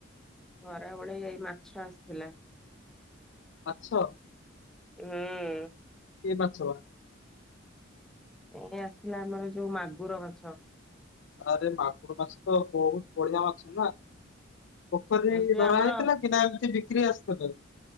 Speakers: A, in the centre; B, on the left.
A: ଖରା ବେଳେ ଏଇ ମାଛ ଆସିଥିଲା।
B: ମାଛ।
A: ହୁଁ।
B: କି ମାଛ?
A: ଏ ଆସି ଥିଲାା ଆମର ଯୋଉ ମାଗୁର ମାଛ।
B: ଆରେ ମାଗୁର ମାଛ ତ ବହୁତ ବଢିଆ ମାଛ ନା। ପୋଖରୀ ରେ
A: ସେ
B: ଧରା
A: ଆମର
B: ହେଇଥିଲା କି ନା ଏମିତି ବିକ୍ରି ଆସିଥିଲେ।